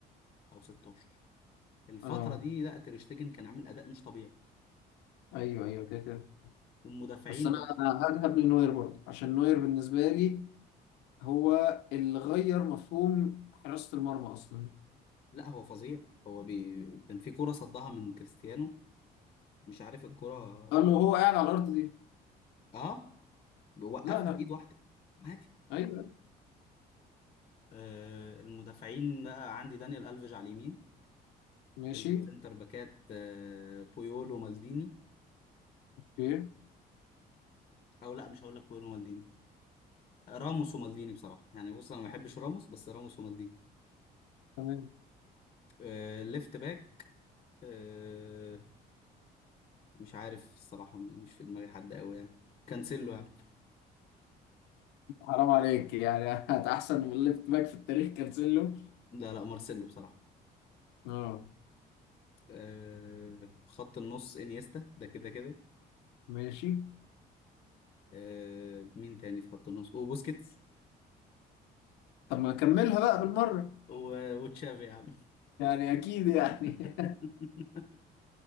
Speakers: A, on the left (about 35°); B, on the left (about 90°).
A: او 16 الفترة
B: اه
A: دي لا ترشتجن كان عامل اداء مش طبيعي
B: ايوه ايوه كده كده
A: والمدافعين
B: بس انا
A: بقى
B: انا هذهب لنوير برضو عشان نوير بالنسبه لي هو اللي غير مفهوم حراسه المرمى اصلا
A: لا هو فظيع هو بي... كان في كرة صدها من كريستيانو مش عارف الكرة
B: قال له هو قاعد على الارض دي
A: اه بوقفها
B: لا لا
A: بايد واحده عادي
B: ايوه
A: آه المدافعين بقى عندي دانيال الفيج على اليمين
B: ماشي
A: السنتر باكات آه بويول ومالديني
B: اوكي
A: او لا مش هقول لك بويول ومالديني راموس ومالديني بصراحه يعني بص انا ما بحبش راموس بس راموس ومالديني
B: تمام
A: آه ليفت باك آه مش عارف الصراحه م- مش في دماغي حد قوي يعني كانسيلو يعني
B: حرام عليك يعني <laughs> هت احسن من الليفت باك في التاريخ كانسيلو
A: لا لا مارسيلو بصراحه
B: اه
A: آه خط النص انيستا ده كده كده
B: ماشي
A: آه مين تاني في خط النص وبوسكيتس
B: طب ما اكملها بقى بالمره
A: و- وتشافي يا عم
B: يعني اكيد يعني
A: <laughs>